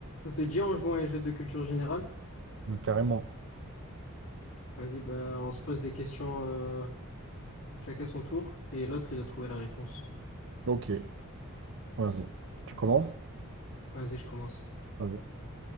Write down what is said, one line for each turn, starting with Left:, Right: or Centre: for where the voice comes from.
Left: Ça te dit, on joue à un jeu de culture générale?
Right: Mm, Carrément.
Left: Vas-y, bah, on se pose des questions euh, chacun son tour et l'autre, il doit trouver la réponse.
Right: Ok, vas-y. Tu commences?
Left: Vas-y, je commence.
Right: Vas-y.